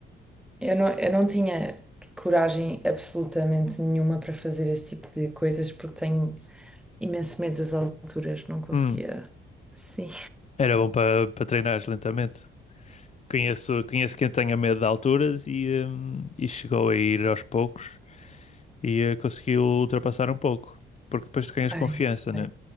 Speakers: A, in the centre; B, on the left.
A: Eu não, eu não tinha coragem absolutamente nenhuma para fazer esse tipo de coisas porque tenho imenso medo das alturas, não conseguia.
B: Hum,
A: Sim,
B: Era bom para para treinar lentamente. Conheço, conheço quem tenha medo de alturas e, hum, e chegou a ir aos poucos e eh, conseguiu ultrapassar um pouco. Porque depois tu ganhas
A: Ai,
B: confiança,
A: não
B: né?
A: sei.